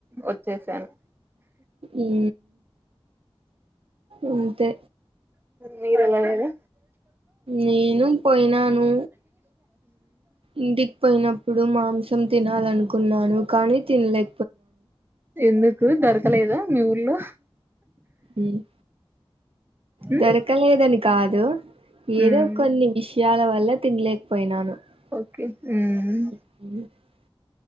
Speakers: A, on the right; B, on the right.
A: వచ్చేసాను
B: ఉ అంతే
A: మీరెలానేేది
B: నేను పోయినాను ఇంటికి పోయినప్పుడు మాంసం తినాలనుకు కున్నాను కానీ తిన లే
A: ఎందుకు దొరకలేదా మీ ఊర్లో
B: ఉమ్
A: ఉమ్
B: దొరకలేదని కాదు ఏదో
A: ఉమ్
B: కొన్ని విష్ యాల వల్ల తినలేకపోయినాను
A: ఓకే
B: <inaudible>
A: మ్మ్